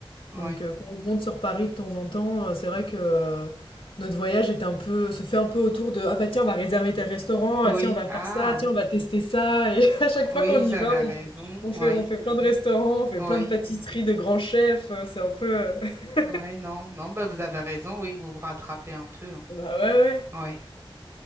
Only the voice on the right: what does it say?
Oui.
Oui,
ah,
oui,
vous
avez
raison,
oui,
oui,
oui, non, non, bah vous avez raison, oui, vous vous rattrapez un peu, hein.
Oui,